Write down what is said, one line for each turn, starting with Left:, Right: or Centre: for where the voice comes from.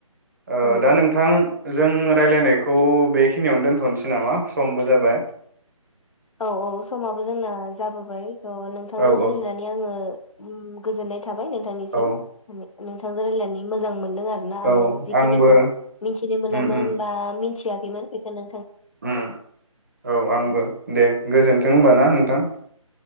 Right: ओ
Left: औ
Right: दा
Left: औ
Right: नोंथां जों रायलायनायखौ बेख खिनियावनो दोनथनोसै नामा समबो जाबाय
Left: औ औ समाबो जोंना जाबोबाय थ' नोंथांजों
Right: औ
Left: रायलायनानै
Right: औ
Left: आङो उम गोजोननाय थाबाय नोंथांनिसिम
Right: औ
Left: <unintelligible> नोंथांजों रायलायनानै मोजां मोन दों आरोना आङो
Right: औ
Left: जे
Right: आंबो
Left: खिनिखौ मिनथिनो मोनामोन‌
Right: उम उम
Left: बा मिनथिया खैमोन बिखायनो
Right: उम औ आंबो दे। गोजोन्थों होनबा ना नोंथां।